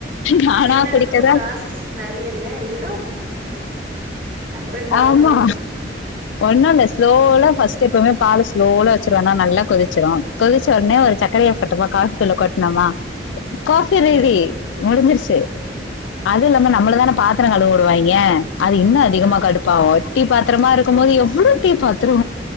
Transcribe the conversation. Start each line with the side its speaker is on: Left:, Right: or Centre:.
Left: நானா
Right: ஏன்னா
Left: குடிக்கதா
Right: அது கொஞ்சோ ப்ராசஸ் நெறயல்ல இது ரெண்டு ஆத்து
Left: ஆமா
Right: ஆத்து குடிச்சு
Left: ஒன்னு இல்ல ஸ்லோல பஸ் எப்போமே பால ஸ்லோல வச்சிருவேனா நல்லா கொதிச்சிரு கொதிச்ச ஒன்னே ஒரு சக்கரய போட்டோம்மா காபி தூள கொட்னமா
Right: ம்
Left: காபி ரெடி முடிஞ்சிருச்சு அது இல்லாம நம்மளதான பாத்த எத்தன நாள் ஓடுவாங்க அது இன்னு அதிகமா
Right: ஆ
Left: கடுப்பாவோ டீ பாத்திரமா இருக்கும் போது எவ்ள டீ பாத்றோ